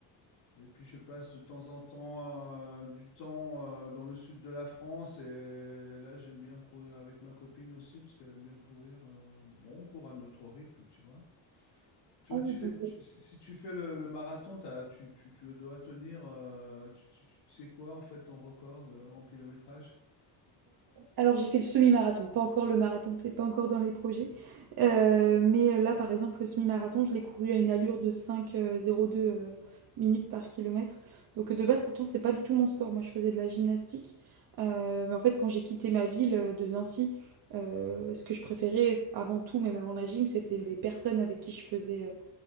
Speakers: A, on the left (about 65°); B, on the right (about 50°).
A: Et puis je passe de temps en temps euh, du temps euh, dans le sud de la France et là j'aime bien courir avec ma copine aussi parce qu'elle aime bien courir. euh, bon, on court à notre rythme, tu vois. Tu
B: Ah
A: vois,
B: oui,
A: tu fais,
B: donc,
A: tu-
B: heu
A: si si tu fais le, le marathon, t'as- tu, tu, tu dois tenir, euh, tu, tu- tu sais quoi en fait ton record de- en kilométrage?
B: alors j'ai fait le semi-marathon, pas encore le marathon, c'est pas encore dans les projets. Heu, mais euh, là, par exemple, le semi-marathon, je l'ai couru à une allure de 5, heu, 0,2, heu, minutes par kilomètre. Donc, de base, pourtant, c'est pas du tout mon sport. Moi, je faisais de la gymnastique. Heu, mais en fait, quand j'ai quitté ma ville, heu, de Nancy, heu, ce que je préférais avant tout, même avant la gym, c'était les personnes avec qui je faisais, euh,